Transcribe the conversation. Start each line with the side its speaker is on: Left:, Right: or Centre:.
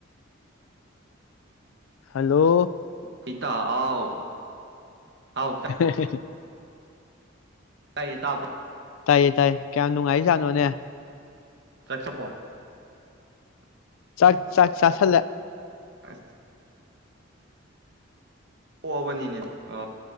Left: hello
Right: ꯄꯤꯇꯥ ꯑꯥꯎ
Left: <unintelligible>
Right: ꯑꯥꯎ ꯇꯥꯏꯌꯦ ꯇꯥꯕꯔꫭ
Left: ꯇꯥꯏꯌꯦ ꯇꯥꯏꯌꯦ ꯀꯌꯥꯝ ꯅꯨꯡꯉꯥꯏꯖꯥꯠꯅꯣꯅꯦ
Right: <unintelligible>
Left: ꯆꯥꯛ ꯆꯥꯛ ꯆꯥꯁꯜꯂꯦ
Right: ꯑ ꯄꯣꯛꯑꯕꯅꯤꯅꯦ ꯑ